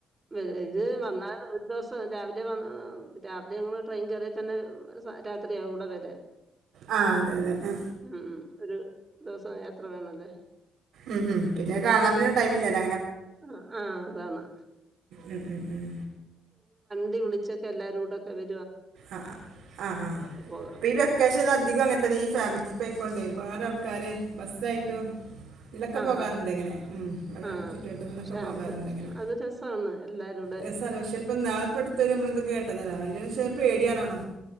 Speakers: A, on the right; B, on the right.
A: എ ഇത് വന്നാൽ ഒരു ദിവസം രാവിലെ വന്ന് രാവിലെ <unintelligible> ട്രെയിൻ കേറിയാ തന്നെ <unintelligible> രാത്രിയാഇവ്ടെ വരാ
B: ആ അതെ അതെ ആ
A: ഉം ഉം ഒരു ദിവസം യാത്ര വേണല്ലേ
B: ഉം ഉം പിന്നെ കാണാൻ പിന്നെ ടൈംമില്ലാലൊ
A: അ ആഹ് താണ്
B: ഉം ഉം ഉം
A: ദി വിളിച്ചൊക്കെ എല്ലാരോടൊക്കെ വെ
B: അ ആ ആ
A: പോകാം.
B: പ്പീ വെക്കേഷൻല് അധികു അങ്ങൻത്തെന്നെ ഈ ഫാമിലി ട്രിപ്പ് ആയിക്കോണ്ടെ ഒരു പാടാൾ ആക്കാരെ ബസ്സായിട്ട് ഇതിലൊക്കെ
A: ആഹാ!
B: പോകാറുണ്ട് ഇങ്ങനെ ഉ ഇവിടെ
A: ആഹ്.
B: ചുറ്റുവട്ടന്നൊക്കെ
A: പക്ഷെ
B: പോകാറുണ്ട്
A: അത്
B: ഇങ്ങനെ
A: അത് രസാണ് എല്ലാരൂടെ
B: രസ പക്ഷെ ഇപ്പ നാളെപ്പടുത്ത നമ്മള ഇത് കേട്ടതല്ലതി പേടിയാനാണോ